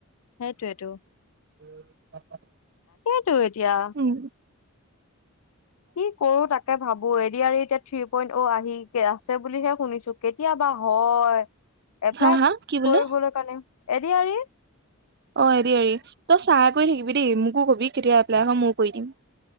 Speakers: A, on the left (about 80°); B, on the right (about 45°).
A: সেইটোৱে টো।
B: <unintelligible>
A: টো এতিয়া
B: উম
A: কি কৰোঁ তাকে ভাবোঁ। এ ডি আৰ ই তে থ্ৰী পইন্ট অ আহি কে আছে বুলিহে শুনিছোঁ। কেতিয়াবা হয়। এপ্লাই
B: হা হা কি বোলে
A: কৰিবলৈ কাৰণে, এ ডি আৰ ই
B: অ এ ডি আৰ ই। তই চাই কৰি থাকিবি দেই মোকো কবি কেতিয়া এপ্লাই হয়, ময়ো কৰি দিম।